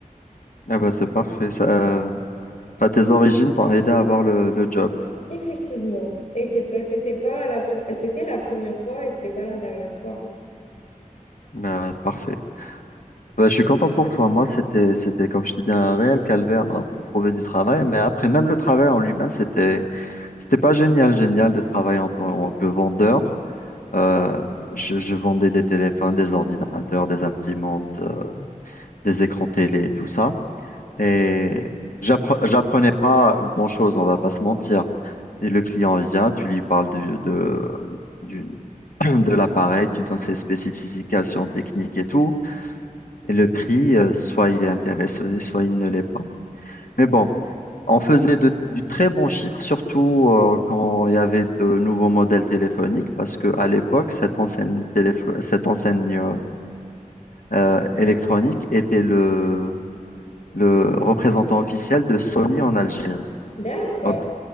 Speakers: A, on the left; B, on the left.
A: Ah bah c'est parfait. Ça... Enfin, tes origines t'ont aidé à avoir le, le job.
B: Effectivement. Et c'est pas- c'était pas la, pre- c'était la première fois et c'était pas la dernière fois.
A: Bah, ouais, parfait. Bah, je suis content pour toi. Moi, c'était, c'était, comme je te dis, un réel calvaire euh, pour trouver du travail. Mais après, même le travail en lui-même, c'était, c'était pas génial, génial de travailler en tant que vendeur. Euh, je, je vendais des téléphones, des ordinateurs, des imprimantes, euh, des écrans télé, tout ça. Et j'appre- j'apprenais pas grand-chose, on va pas se mentir. Et le client vient, tu lui parles du- de, du- <clears throat> de l'appareil, tu donnes ses spécifications techniques et tout. Et le prix, euh, soit il est intéressé, soit il ne l'est pas. Mais bon, on faisait de- du très bon chiffre, surtout euh, quand il y avait de nouveaux modèles téléphoniques, parce qu'à l'époque, cette enseigne, téléph- cette enseigne euh, euh, électronique était le, le représentant officiel de Sony en Algérie.
B: D'accord.
A: Donc,